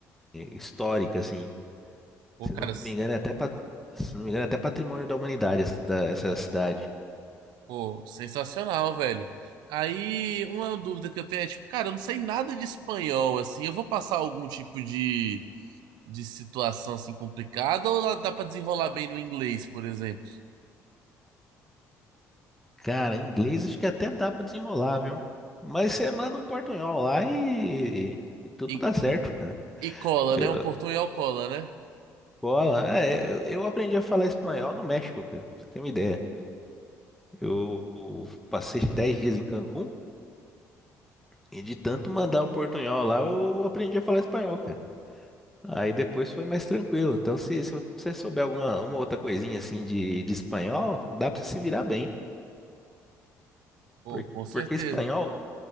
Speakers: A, in the centre; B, on the right.
A: histórica, assim.
B: Pô,
A: Se
B: cara,
A: não
B: s-
A: me engano, é até, pa- se não me engano, é até patrimônio da humanidade essa da- essa cidade.
B: pô, sensacional, velho. Aí uma dúvida que eu tenho é tipo, cara, eu não sei nada de espanhol, assim, eu vou passar algum tipo de de situação assim complicada ou lá dá pra desenrolar bem no inglês, por exemplo?
A: Cara, em inglês acho que até dá pra desenrolar, viu? Mas você manda um portunhol lá e, e tudo
B: E
A: dá certo, cara.
B: E cola,
A: Eu,
B: né? Um portunhol cola, né?
A: bola, é, eu, eu aprendi a falar espanhol no México, cara. Pra você ter uma ideia. Eu, eu passei 10 dias em Cancún e de tanto mandar o portunhol lá, eu aprendi a falar espanhol, cara. Aí depois foi mais tranquilo. Então, se, se você souber alguma uma outra coisinha assim de, de espanhol, dá pra você se virar bem.
B: Pô,
A: Por-
B: com certeza.
A: Porque espanhol,